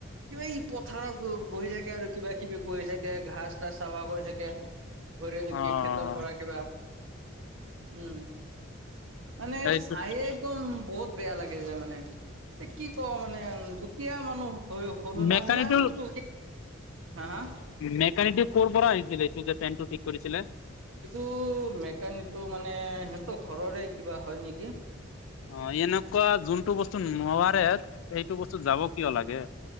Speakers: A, on the right (about 80°); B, on the left (about 75°).
A: কিবা ই পথাৰত বহি থাকে আৰু কিবা কিবি কৰি থাকে আৰ ঘাছ - তাচ চাফা কৰি থাকে। ঘৰিৰ কি
B: অ
A: খেতৰ পৰা কিবা। উম মানে
B: এইটো
A: চাইয়ে একদম বহুত বেয়া লাগি যায় মানে এ কি কম মানে দুখীয়া মানুহ হৈ হ'লো ন
B: মেকানিটো
A: আমি ন আমি তো হা হা
B: মেকানিকটো ক'ৰ পৰা আহিছিলে এইটো যে ফেনটো ঠিক কৰিছিলে?
A: এইটো মেকানিকটো মানে সিঁহতৰ ঘৰৰে কিবা হয় নেকি।
B: অ' এনেকুৱা যোনটো বস্তু নোৱাৰে সেইটো বস্তু যাব কিয় লাগে?